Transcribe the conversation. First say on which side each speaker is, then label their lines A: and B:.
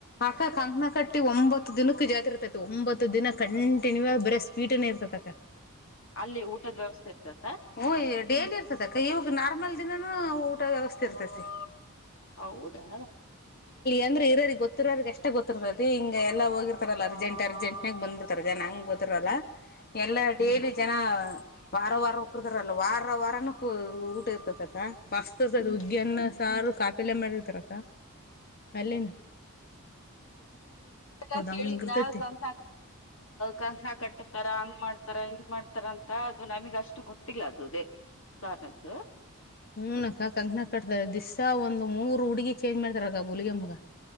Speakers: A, on the left; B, on the left.
A: ಅಕ್ಕ ಕಂಕನ ಕಟ್ಟಿ ಒಂಬತ್ತು ದಿನಕ್ಕ ಜಾತ್ ಇರ್ತೈತಿ ಒಂಬತ್ತ್ತು ದಿನ ಕಂಟಿನ್ಯೂ ಬರೀ ಸ್ವೀಟನ ಪಕ್ಕ <inaudible>
B: ಅಲ್ಲಿ ಊಟದ ವ್ಯವಸ್ಥೆ ಇರ್ತದೆ
A: ಹು ಡೇಲಿ ಇರ್ತದ ಅಕ್ಕ ಇವಾಗ ನಾರ್ಮಲ್ ದಿನಾನೂ ಊಟ ವ್ಯವಸ್ಥೆ ಇರ್ತತಿ
B: ಹೌದಾ
A: ಅಂದ್ರೆ ಇರೋರಿಗೆ ಗೊ ಗತ್ತವರ್ಗೆ ಎಷ್ಟ ಗೊತ್ತಿರದ ಹಿಂಗ ಎಲ್ಲ ಹೋಗಿರ್ತಾರಲ್ಲ ಅರ್ೆಂಟ್ ಅರ್ಜೆಂಟಬಂದ್ ಬಿರ್ತಾರ ಜನ ಬಂದು ಬಿಡುತ್ತಾರೆ ಎಲ್ಲಾ ಡೇಲಿ ಜನ ವಾರ ವಾರ ಒಪ್ಪರ್ತಾರಲ್ಲ <unintelligible> ವಾರ ವಾರಾನ ಊಟ ಇರ್ತದ ಅಕ್ಕ ಬಸ್ತದದ
B: ಹ್ಮ್
A: ಉುಗ್ಗಿಯನ್ನ ಸಾರು ಕಾಪಿಲೆ ಮಾಡಿರ್ತರಕ್ಕ ಅಕ್ಕ-
B: ಹ ಕೇಳಿದ್
A: ಹಂಗಿರ್ತೈತಿ
B: ಕಂಸ ಕಂಸ ಕಟ್ಟತಾರ <unintelligible> <inaudible> ಹಂಗ್ ಮಾಡ್ತಾರ ಹಿಂಗ್ ಮಾಡ್ತಾರ ಅಂತ ಅದು ನಮಗ್ ಅಷ್ಟು ಗೊತ್ತಿಲ್ಲ ಅದುದೇಾನದ್ದು <unintelligible>
A: ಹೂನ ಅಕ್ಕ ಕಂಕನ ಕಟ್ತಾರ ದಿಸ್ಸಾ ಒಂದ್ ಮೂರ್ ಹುಡುಗಿ ಚೇಂಜ್ ಮಾಡ್ತಾರ ಅಕ್ಕ ಹುಲಗಮ್ಮಗ